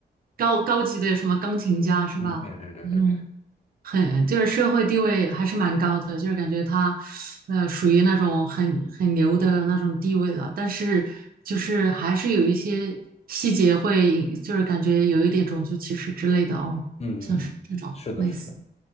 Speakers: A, on the right; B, on the left.
A: 高高级的什么钢琴家是吧？
B: 嗯，对对对对对，
A: 嗯，很就是社会地位还是蛮高的，就是感觉他呃属于那种很很牛的那种地位了，但是就是还是有一些细节会就是感觉有一点种族歧视之类的哦，
B: 嗯嗯嗯，
A: 像是这种类似。
B: 是的，是的。